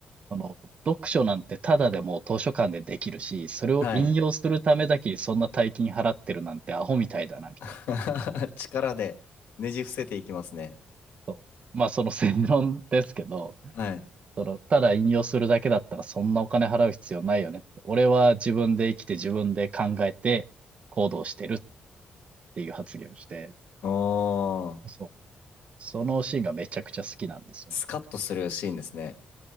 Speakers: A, on the right; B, on the left.
A: その、読書なんてただでも図書館でできるし、それを引用するためだけにそんな大金払ってるなんてアホみたいだな、
B: はい。
A: みたいな。
B: <laughs> 力でねじ伏せていきますね。
A: そうまあ、その正論ですけど、
B: はい。
A: その、ただ引用するだけだったらそんなお金払う必要ないよねって。俺は自分で生きて自分で考えて行動してるっていう発言をして、
B: おー。
A: そう。そのシーンがめちゃくちゃ好きなんですよね。
B: スカッとするシーンですね。